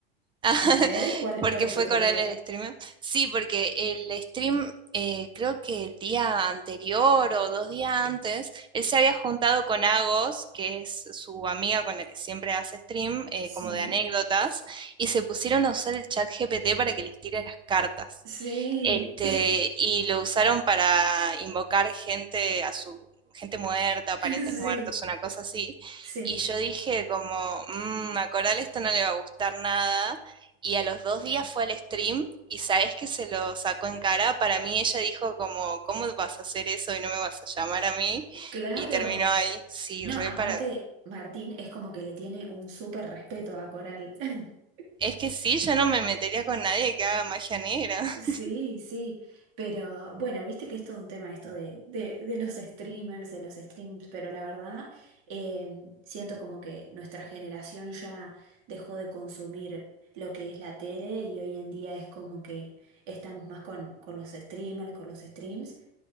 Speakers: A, on the right (about 50°); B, on the right (about 15°).
A: <laughs>
B: <laughs>
A: A ver, ¿cuál,
B: ¿Por
A: cuál
B: qué
A: es
B: fue
A: tu teoría?
B: Coral el streamer? Sí, porque el stream, eh, creo que el día anterior o dos días antes, él se había juntado con Agos, que es su amiga con la que siempre hace stream, eh,
A: Sí,
B: como de anécdotas, y se pusieron a usar el chat GPT para que les tire las cartas.
A: sí,
B: Este, y lo usaron para invocar gente a su gente muerta,
A: <laughs>
B: parientes muertos,
A: sí,
B: una cosa así.
A: sí,
B: Y yo dije como, "Mm, a Coral esto no le va a gustar nada. Y a los dos días fue al stream y sabes que se lo sacó en cara. Para mí ella dijo como, ¿cómo vas a hacer eso y no me vas a llamar a mí?
A: claro.
B: Y terminó ahí. Sí,
A: No,
B: re
A: aparte,
B: para...
A: Martín es como que le tiene un súper respeto a Coral. <laughs>
B: Es que sí, yo no me metería con nadie que haga magia negra.
A: Sí,
B: <laughs>
A: sí, pero bueno, viste que es todo un tema esto de, de, de los streamers, de los streams, pero la verdad eh, siento como que nuestra generación ya dejó de consumir lo que es la tele y hoy en día es como que estamos más con, con los streamers, con los streams